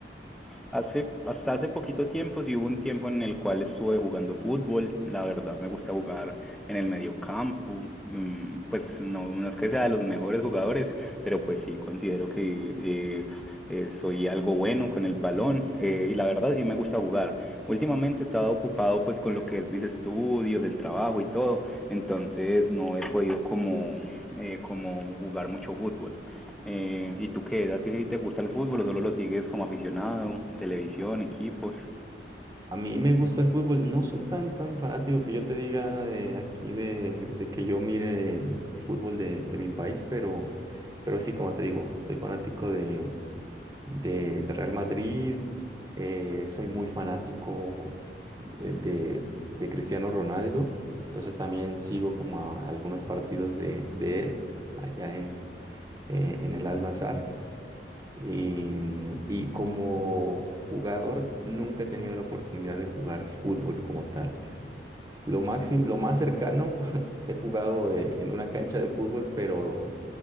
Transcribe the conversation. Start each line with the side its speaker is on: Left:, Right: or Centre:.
Centre: Hace, hasta hace poquito tiempo, sí hubo un tiempo en el cual estuve jugando fútbol, la verdad me gusta jugar en el medio campo, mm, pues no, no es que sea de los mejores jugadores, pero pues sí considero que eh, eh, soy algo bueno con el balón eh, y la verdad sí me gusta jugar. Últimamente he estado ocupado pues con lo que es mis estudios, el trabajo y todo, entonces no he podido como, eh, como jugar mucho fútbol. Eh, ¿y tú qué? ¿A ti sí te gusta el fútbol o solo lo sigues como aficionado? Televisión, equipos.
Right: A mí me gusta el fútbol. No soy tan, tan fanático que yo te diga de aquí de, de que yo mire fútbol de, de mi país, pero, pero sí, como te digo, soy fanático de, de- de Real Madrid, eh, soy muy fanático eh, de, de Cristiano Ronaldo, entonces también sigo como a algunos partidos de, de él allá en, eh, en el Al-Nassr. Y, mm, y como jugador nunca he tenido la oportunidad de jugar fútbol como tal. Lo máximo, lo más cercano <laughs> he jugado de- en una cancha de fútbol, pero